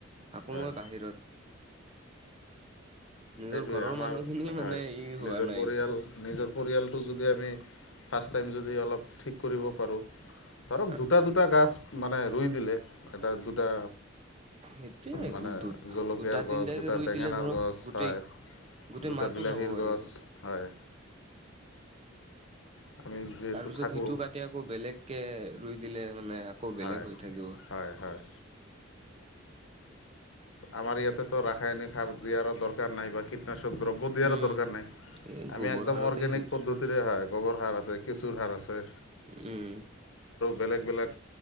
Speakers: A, on the right; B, on the left.
A: থাকো
B: হয়
A: মই বাহিৰত। নিজৰ
B: সেইটোৱে
A: ঘৰৰ
B: আমাৰ
A: মানুহখিনি
B: হয়
A: মানে ই হোৱা
B: নিজৰ
A: নাই
B: পৰিয়াল নিজৰ পৰিয়ালটো যদি আমি। ফাৰ্ষ্ট টাইম যদি অলপ ঠিক কৰিব পাৰোঁ ধৰক
A: আহ
B: দুটা দুটা গছ মানে। ৰুই দিলে এটা দুটা।
A: সেইটোৱেই
B: মানে
A: দু
B: জলকীয়াৰ
A: দুটা
B: গছ
A: তিনটাকে
B: দুটা
A: ৰুই
B: বেঙেনাৰ
A: দিলে ধৰক
B: গছ
A: গোটেই
B: হয়
A: গোটেই
B: দুটা
A: মাহটো
B: বিলাহীৰ
A: খাব পাৰিব
B: গছ হয়। আমি যিহেতু
A: তাৰ পিছত
B: থাকোঁ
A: সিটো কাটি আকৌ বেলেগকে ৰুই দিলে। মানে আকৌ বেলেগ
B: হয়
A: হৈ থাকিব।
B: হয় হয় আমাৰ ইয়াতেতো ৰাসায়নিক সাৰ দিয়াৰো দৰকাৰ নাই বা কীটনাশক <inaudible> <unintelligible> দ্ৰব্য দিয়াৰো
A: উম
B: দৰকাৰ নাই
A: এই
B: আমি
A: গোবৰ
B: একদম
A: সাৰতে
B: অৰ্গেনিক
A: সেই
B: পদ্ধতিৰে হয় <inaudible> গোবৰ সাৰ আছে, কেঁচুৰ সাৰ আছে।
A: উম <unintelligible>
B: বেলেগ-বেলেগ